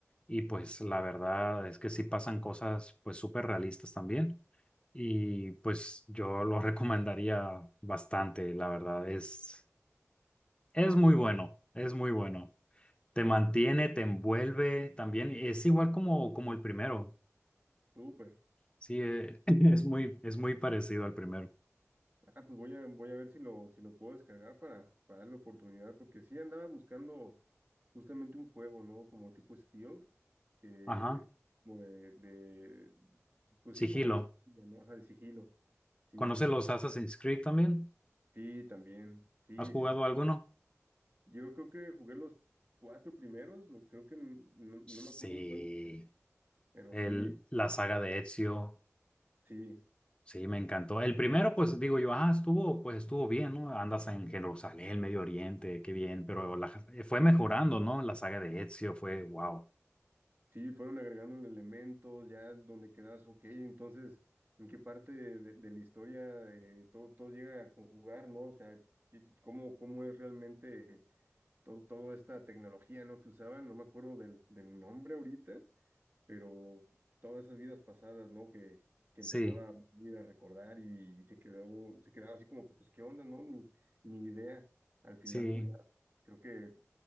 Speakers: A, on the left; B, on the right.
A: Y pues
B: Sí.
A: la verdad es que sí pasan cosas pues súper realistas también. Y pues yo lo <laughs> recomendaría bastante, la verdad. Es, es muy bueno, es muy bueno. Te mantiene, te envuelve también. Es igual como, como el primero.
B: Súper.
A: Sí, eh, <laughs> es muy, es muy parecido al primero.
B: Ah, pues voy a, voy a ver si lo, si lo puedo descargar para, para darle oportunidad, porque sí andaba buscando justamente un juego, ¿no? Como tipo Steel, que
A: Ajá.
B: como de, de- pues
A: Sigilo.
B: sí, como de, ¿no? Ajá, de sigilo. Sí,
A: ¿Conoces los Assassin's Creed también?
B: Sí, también. Sí,
A: ¿Has jugado
B: sí, sí.
A: alguno?
B: Yo creo que jugué los cuatro primeros. me- Creo que m- no, no
A: Sí.
B: me acuerdo en cuál me quedé. Pero
A: El,
B: sí,
A: la saga de Ezio.
B: sí,
A: Sí, me encantó. El primero, pues digo yo, ah, estuvo, pues estuvo bien, ¿no? Andas en Jerusalén, Medio Oriente, qué bien, pero la- eh, fue mejorando, ¿no? La saga de Ezio fue, wow.
B: sí, fueron agregando elementos ya donde quedas, ok, entonces, ¿en qué parte de, de la historia eh, todo, todo llega a conjugar, ¿no? O sea, ¿qué- ¿cómo, cómo es realmente todo, toda esta tecnología, ¿no? que usaban? No me acuerdo del, del nombre ahorita. pero todas esas vidas pasadas, ¿no? Que, que empezaba
A: Sí,
B: a ir a recordar y, y se quedó, se quedaba así como que, pues, ¿qué onda, no? Ni, ni idea. Al final,
A: sí.
B: pues ya creo que